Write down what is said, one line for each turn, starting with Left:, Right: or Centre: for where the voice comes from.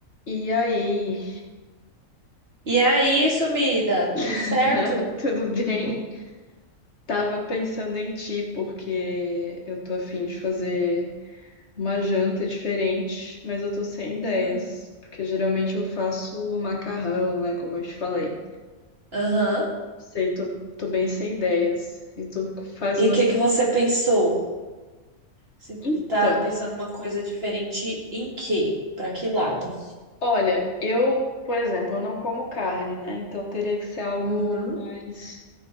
Left: E aí,
Right: E aí, sumida, tudo
Left: <laughs>
Right: certo?
Left: tudo bem? Tava pensando em ti, porque eu tô afim de fazer uma janta diferente, mas eu tô sem ideias,
Right: Hum.
Left: porque geralmente eu faço o macarrão, né, como eu te falei.
Right: Aham.
Left: Sei, tô, tô bem sem ideias, e tu faz
Right: E
Left: umas
Right: o que
Left: coisas
Right: que você
Left: diferentes,
Right: pensou?
Left: né?
Right: Você
Left: Então,
Right: tá pensando uma coisa diferente em quê? Pra que lado?
Left: olha, eu, por exemplo, eu não como carne, né, então teria que ser algo
Right: Uhum.
Left: mais